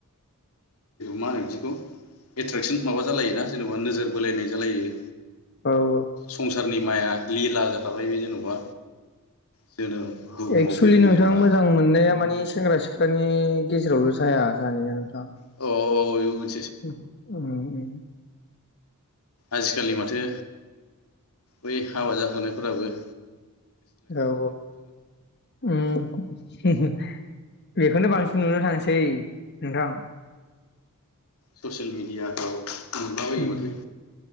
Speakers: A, on the left; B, on the left.
A: मा होनो बिदिखौ एट्रेकसन माबा जालायोना जेनेबा बा नोजोर बोलायनाय जालायो।
B: औ औ
A: संसारनि माया लिला थाबाय बि जेन'बा। जोनोम बुहुमाव
B: एक्सुवेलि
A: फैदों
B: नोंथां
A: जेब्ला
B: मोजां मोननाया माने सेंग्रा सिख्ला नि गेजेरावल' जाया। जानाया नोंथां
A: अ <unintelligible>
B: उम उम उम
A: आजि खालि माथो बै हाबा जाखानायफोराबो
B: औऔ उम <unintelligible> बेखौनो बांसिन नुनो थांसै नोंथां।
A: ससियेल मिडियाखौ नुलाबायो
B: उम
A: माथो